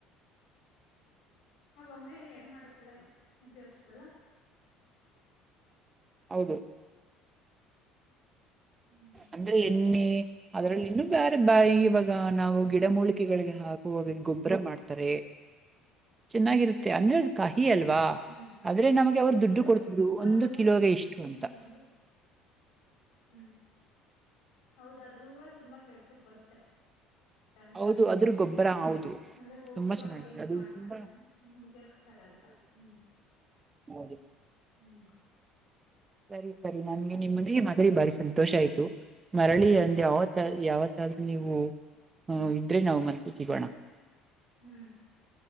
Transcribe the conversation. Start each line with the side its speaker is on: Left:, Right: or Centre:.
Left: ಹ ಬಂಗರಿ ಎಣೆ ಮಾಡಕ್ಕೆಲ್ಲ ಉಪಯೋಗ್ಸ್ತಲ್ಲ
Right: ಹೌದು
Left: ಹ್ಮ್
Right: ಅಂದ್ರೆ ಎಣ್ಣೆ ಅದರಲ್ಲಿ ಇನ್ನುೂ ಬೇರೆ ಬ ಇವಾಗ ನಾವು ಗಿಡಮೂಲಿಕೆಗಳಿಗೆ ಹಾಕುವಾಗ ಗೊಬ್ಬರ ಮಾಡ್ತಾರೆ
Left: <inaudible>
Right: ಚೆನ್ನಾಗಿರುತ್ತೆ ಅಂದ್ರೆ ಅದು ಕಹಿ ಅಲ್ವಾ
Left: ಹ್ಮ್ ಹ್ಮ್
Right: ಆದ್ರೆ ನಮಗೆ ಅವರು ದುಡ್ಡು
Left: ಹೌದು
Right: ಕೊಡ್ತಿದ್ರು
Left: ಆದ್ರೂ
Right: ಒಂದು
Left: ಹೂವು
Right: ಕಿಲೋಗೆ ಇಷ್ಟು
Left: ಹ್ಮ್
Right: ಅಂತ
Left: ಹ್ಮ್ ಹೌದಾದ್ರೂ ತುಂಬಾ ಕೆಲ್ಸಕ್ ಬರುತ್ತೆ ಅಂತರ
Right: ಹೌದು ಅದ್ರ ಗೊಬ್ಬರ ಹೌದು
Left: ಅಂದ್ರೆ ಗೊಬ್ಬರವಾಗಲ್ಲಾ
Right: ತುಂಬಾ ಚೆನ್ನಾಗಿದೆ
Left: ಯೂಸ್
Right: ಅದು
Left: ಮಾಡ್ತಾರೆ
Right: ತುಂಬಾ
Left: ತರ ಅಂತ ಹ್ಮ್
Right: ಮದ
Left: ಹ್ಮ್
Right: ಸರಿ ಸರಿ ನಂಗೆ ನಿಮ್ಮಂದಿಗೆ
Left: ಹ್ಮ್
Right: ಮಾತ್ರ ಬಾರಿಸಂತ ಸಂತೋಷ ಆಯ್ತು
Left: ಹ್ಮ್
Right: ಮರಳಿ ಅಂದ ಯಾವತ್ತ ಯಾವತ್ತಾದ ನೀವು ಹ್ಮ ಇದ್ರೆ ನಾವು ಮತ್ತೆ ಸಿಗೋಣ
Left: ಹ್ಮ್